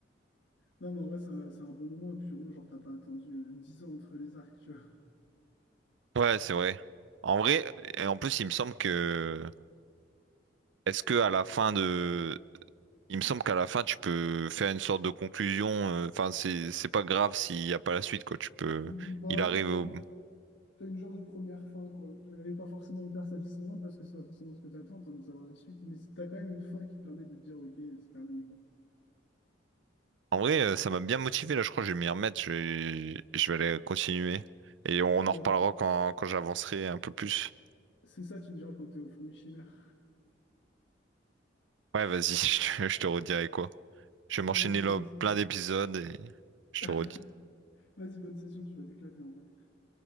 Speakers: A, on the left; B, on the right.
A: Non, mais en vrai, c'est un, c'est un bon moment, et puis au moins, genre, t'as pas attendu euh, 10 ans entre les arcs, tu vois.
B: ouais, c'est vrai. En vrai, et en plus, il me semble que est-ce que à la fin de Il me semble qu'à la fin, tu peux faire une sorte de conclusion. euh, Enfin, c'est c'est pas grave s'il n'y a pas la suite, quoi. Tu peux.
A: Bah
B: Il arrive
A: oui,
B: au-
A: en gros, t'as une genre de première fin, quoi. Elle est pas forcément hyper satisfaisante parce que c'est pas forcément ce que t'attends, t'as envie de savoir la suite, mais c'est- t'as quand même une fin qui te permet de te dire, ok, c'est terminé, quoi.
B: En vrai, euh, ça m'a bien motivé, là. Je crois que je vais m'y remettre. Je vais, je vais aller continuer. Et on
A: Bref.
B: en reparlera quand, quand j'avancerai un peu plus.
A: C'est ça, tu me diras quand t'es au fourmi chimère.
B: Ouais, vas-y, <laughs> je te, je te redirai quoi. Je vais
A: <laughs>
B: m'enchaîner
A: Allez, bonne...
B: là plein d'épisodes et je te
A: <laughs>
B: redis.
A: Vas-y, bonne session, tu vas t'éclater en vrai.